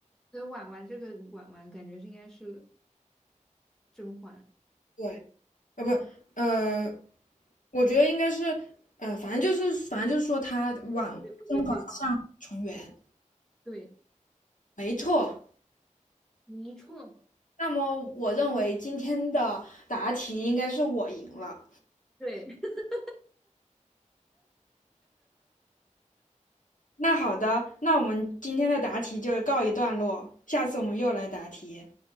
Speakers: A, in the centre; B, on the left.
A: 所以婉婉这个婉婉感觉是应该是甄嬛。
B: 对，呃，不，呃，我觉得应该是，呃，反正就是反正就是说她婉甄嬛像纯元，
A: 对对对，对，
B: 没错。
A: 没错，
B: 那么我认为今天的答题应该是我赢了。
A: 对，<laughs>
B: 那好的，那我们今天的答题就告一段落，下次我们又来答题。